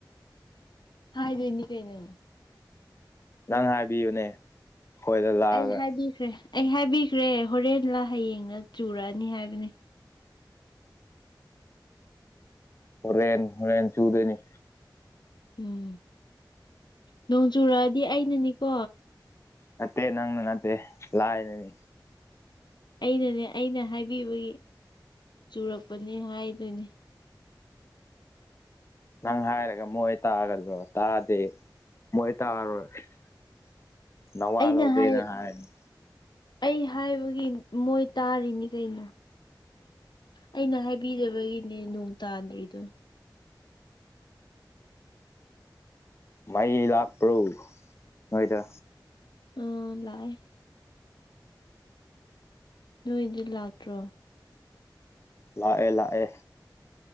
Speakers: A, on the left; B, on the left.
A: ꯍꯥꯏꯗꯣꯏꯅꯤ ꯀꯩꯅꯣ
B: ꯅꯪ ꯍꯥꯏꯕꯤꯌꯨꯅꯦ ꯑꯩꯈꯣꯏꯗ ꯂꯥꯛꯑꯒ
A: ꯑꯩ ꯍꯥꯏꯕꯤꯈ꯭ꯔꯦ ꯑꯩ ꯍꯥꯏꯕꯤꯈ꯭ꯔꯦ ꯍꯣꯔꯦꯟꯂꯥ ꯍꯌꯦꯡꯅ ꯆꯨꯔꯛꯑꯅꯤ ꯍꯥꯏꯕꯅꯤ
B: ꯍꯣꯔꯦꯟ ꯍꯣꯔꯦꯟ ꯆꯨꯗꯣꯏꯅꯤ
A: ꯎꯝ ꯅꯣꯡ ꯆꯨꯔꯛꯑꯗꯤ ꯑꯩꯅꯅꯤꯀꯣ
B: ꯅꯠꯇꯦ ꯅꯪ ꯅꯪ ꯅꯠꯇꯦ ꯂꯥꯛꯗꯅꯤ
A: ꯑꯩꯅꯅꯦ ꯑꯩꯅ ꯍꯥꯏꯕꯤꯕꯒꯤ ꯆꯨꯔꯛꯄꯅꯤ ꯍꯥꯏꯗꯨꯣꯏꯅꯤ
B: ꯅꯪ ꯍꯥꯏꯔꯒ ꯃꯣꯏ ꯇꯥꯒꯗ꯭ꯔꯣ ꯇꯥꯗꯤ ꯃꯣꯏ ꯇꯥꯔꯣꯏ <inaudible>
A: ꯑꯩꯅ
B: ꯂꯧꯗꯦꯅ
A: ꯍꯥꯏ
B: ꯍꯥꯏꯔꯅꯤ
A: ꯑꯩ ꯍꯥꯏꯕꯒꯤ ꯃꯣꯏ ꯇꯥꯔꯤꯅꯤ ꯀꯩꯅꯣ ꯑꯩꯅ ꯍꯥꯏꯕꯤꯗꯕꯒꯤꯅꯦ ꯅꯣꯡ ꯇꯥꯗ꯭ꯔꯤꯗꯣ
B: ꯃꯩ ꯂꯥꯛꯄ꯭ꯔꯣ ꯍꯣꯏꯗ
A: ꯑꯥ ꯂꯥꯛꯑꯦ ꯅꯣꯏꯗꯤ ꯂꯥꯛꯇ꯭ꯔꯣ
B: ꯂꯥꯛꯑꯦ ꯂꯥꯛꯑꯦ